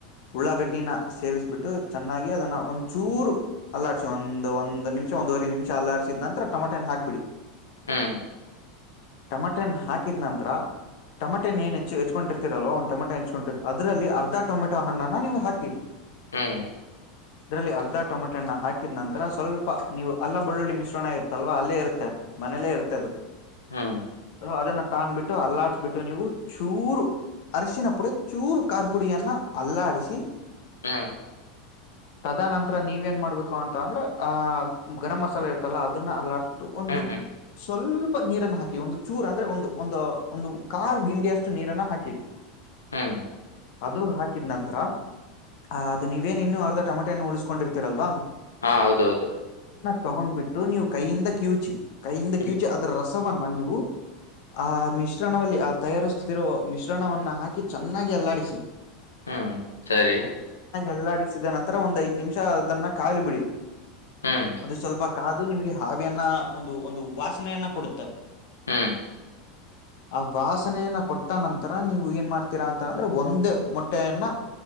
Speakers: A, on the left; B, on the left.
A: ಉಳ್ಳಾಗಡ್ಡಿನ ಸೇರಿಸ್ಬಿಟ್ಟು ಚೆನ್ನಾಗಿ ಅದನ್ನ ಒಂದ್ ಚೂರು ಅಲ್ಲಾಡ್ಸಿ ಒಂದ ಒಂದ ನಿಮ ಒಂದವರೆ ನಿಮಿಷ ಅಲ್ಲಾಡಿದ ನರ ಟಮಟನ್ ಹಾಕ್ಬಿಡಿ.
B: ಹ್ಮ್.
A: ಟಮಟನ್ ಹಾಕಿದ್ ನಂತ್ರ. ಟಮೆಟೆಏ ಏನ್ ಹೆಚ್ಚಚ್ಕೊಂಡಿರ್ತೀರಲ್ ಒ ಟಮಟೆ ಹೆಚ್ಕೊಂಡಿರ್ ಅದ್ರಲ್ಲಿ ಅರ್ಧ ಟಮೆಟ ಹಣ್ಣನ ನೀವ ಹಾಕಿ.
B: ಹ್ಮ್.
A: ಅದರಲ್ಲಿ ಅರ್ಧ ಟೊಮೆಟಣ್ಣ ಹಾಕಿದ ನಂತರ ಸ್ವಲ್ಪ ನೀವು ಅಲ್ಲ ಬಳ್ಳುಳ್ಳಿ ಮಿಶ್ರಣ ಇರ ಅಲ್ವಾ ಅಲ್ಲೇ ಇರುತ್ತೆ ಮನೇಲ್ಲೇ ಇರುತ್ತೆ
B: ಹ್ಮ್
A: ಅದು
B: ಹ್ಮ್
A: ಅದನಾ ತಾನ ಬಿಟ್ಟು ಅಲ್ಲಾಡ್ಸಬಿಟ್ಟು ನೀವು ಚೂರು. ಅರಶಿನ ಪುಡೆ ಚೂರು ಖಾರ ಪುಡಿಯನ್ನ ಅಲ್ಲಾಡಿಸಿ.
B: ಹ್ಮ್.
A: ತದನಂತರ ನೀವ ಏನ್ ಮಾಡ್ಬೇಕು ಅಂತ ಅಂದ್ರೆ ಆಹ ಗರಂ ಮಸಾಲೆ ಇರ್ತಲ್ಲ ಅದನ್ನ ಅಲ್ಲಾಡ್ಬು. ಒಂದು
B: ಹ್ಮ್
A: ಸ್ವಲ್ಪ ಸ್ಪ ನೀರನ್ನ ಹಾಕಿ ಒಂದು ಚೂರ್ ಅಂದ್ರೆ ಒಂದು ಒಂದು ಒಂದು ಕಾಲ್ ಗಿಂಡಿಯ ಅಷ್ಟು ನೀರನ್ನ ಹಾಕಿ.
B: ಹ್ಮ್.
A: ಅದು ಹಾಕಿದ್ ನಂತರ ಅ ಅದು ನೀವೇನ್ ಇನ್ನು ಅರ್ಧ ಟೊಮೆಟೆನನ್ನು ಉಳಿಸಕೊಂಡಿರ್ತೀರಲ್ವಾ.
B: ಹಾ ಹೌದೌದು.
A: ತಗೊಂಡ್ಬಿಟ್ಟು ನೀವು ಕೈಯಿಂದ ಕಿೂಚಿ ಕೈಯಿಂದ
B: ಹ್ಮ್
A: ಕ್ಯೂಚಿ ಅದರ ರಸವನ್ನ ನೀವು ಆ ಮಿಶ್ರಣದಲ್ಲಿ ಆ ತಯಾರಿಸುತ್ತಿರುವೋ ಮಿಶ್ರಣವನ್ನ ಹಾಕಿ ಚೆನ್ನಾಗಿ ಅಲ್ಲಾಡಿಸಿ
B: ಹ್ಮ್ ಸರಿ
A: ಎಲ್ಲಾಡಿಸಿದ ನಂತರ ಒಂದ್ ಐದ ನಿಮಿಷ ಅದನ್ನ ಕಾಲಲು ಬಿಡಿ
B: ಹ್ಮ್
A: ಅದು ಸ್ವಲ್ಪ ಕಾದು ನಿಮಗೆ ಹಾವಿಯನ್ನ ಒಂದು ಒಂದು ವಾಸನೆಯನ್ನ ಕೊಡುತ್ತ
B: ಹ್ಮ್
A: <inaudible> ಆ ವಾಸನೆಯನ್ನ ಕೊಟ್ಟ ನಂತರ ನೀವು ಏನ್ ಮಾಡ್ತೀರಾ ಅಂತನಂದ್ರೆ ಒಂದೇ ಮೊಟ್ಟೆಯನ್ನ